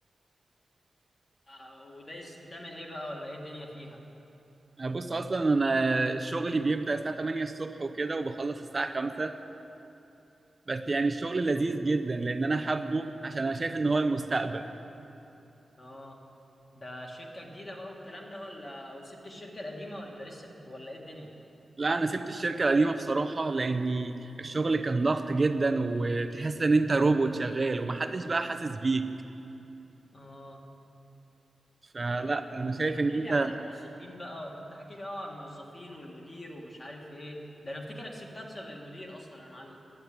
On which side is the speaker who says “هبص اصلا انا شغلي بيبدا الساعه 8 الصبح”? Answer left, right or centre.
Right